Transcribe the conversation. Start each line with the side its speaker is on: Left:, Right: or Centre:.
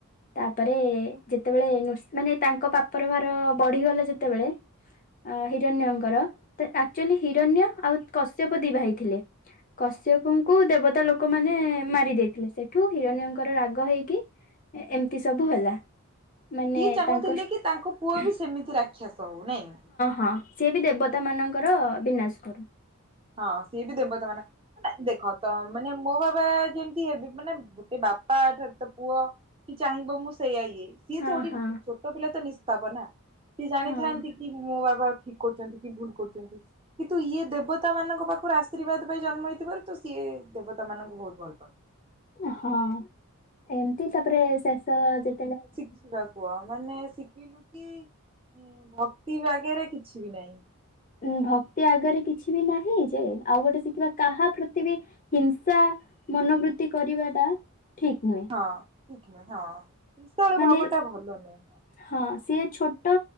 Left: ତାପରେ ଯେତେବେଳେ ନୃଶ ମାନେ ତାଙ୍କ ପାପର ଭାର ବଢିଗଲା ଯେତେବେଳେ ଅ ହିରଣ୍ୟଙ୍କର। ଆଚୁଆଲି ହିରଣ୍ୟ ଆଉ କଶ୍ୟପ ଦି ଭାଇ ଥିଲେ। କଶ୍ୟପଙ୍କୁ
Right: ଓହୋ
Left: ଦେବତା ଲୋକମାନେ ମାରି ଦେଇଥିଲେ। ସେ ଠୁ ହିରଣ୍ୟଙ୍କର
Right: ହୁଁ ହୁଁ ହୁଁ।
Left: ରାଗ ହେଇକି ଏମିତି ସବୁ ହେଲା। ମାନେ
Right: ସିଏ ଚାହୁଁଥିଲେ
Left: ତାଙ୍କ
Right: କି ତାଙ୍କ ପୁଅ
Left: ହଁ,
Right: ବି ସେମିତି ରାକ୍ଷସ ହଉ ନାଇଁ।
Left: ହଁ ସିଏ ବି ଦେବତାମାନଙ୍କର
Right: ହଁ
Left: ବିନାଶ କରୁ।
Right: ହଁ, ସିଏ ବି ଦେବତା ମାନେ ଦେଖ ତ ମାନେ ମୋ ବାବା ଯେମିତି ହେ ମାନେ ବାପା ସହିତ ପୁଅ କି ଚାହିଁବ ମୁଁ ସେଇଆ ଇୟେ। ସିଏ
Left: ହଁ
Right: ତ ଗୋଟେ
Left: ହଁ
Right: ଛୋଟ ପିଲା ତ ନିଷ୍ପାପ ନା, ସିଏ ଜାଣିଥାନ୍ତି
Left: ହଁ
Right: କି ମୋ ବାବା ଠିକ କରୁଛନ୍ତି କି ଭୁଲ କରୁଛନ୍ତି। କିନ୍ତୁ ଇଏ ଦେବ ଦେବତା ମାନଙ୍କ ପାଖରୁ ଆଶୀର୍ବାଦ ପାଇଁ ଜନ୍ମ ହେଇଥିବାରୁ, ତ ସିଏ ଦେବତା ମାନଙ୍କୁ ବହୁତ ଭଲ ପାଆନ୍ତି।
Left: ହଁ ଏମିତି, ତାପରେ ଶେଷ ଯେତେବେଳେ
Right: ଶିଖିବାକୁୁହ। ମାନେ <unintelligible> କି ଭକ୍ତି ଆଗରେ କିଛି ବି ନାହିଁ।
Left: ଉ ଭକ୍ତି ଆଗରେ କିଛି ବି ନାହିଁ ଯେ, ଆଉ ଗୋଟେ ଶିଖିବା କାହା ପ୍ରତି ବି ହିଂସା ମନୋବୃତ୍ତି କରିବା ଟା ଠିକ୍ ନୁହେଁ।
Right: ହଁ ଠିକ୍ ନୁହେଁ। ହଁ ବିଶାଳ
Left: ମାନେ
Right: ଭାବ ଟା ଭଲ ନୁହେଁ।
Left: ହଁ, ସିଏ ଛୋଟ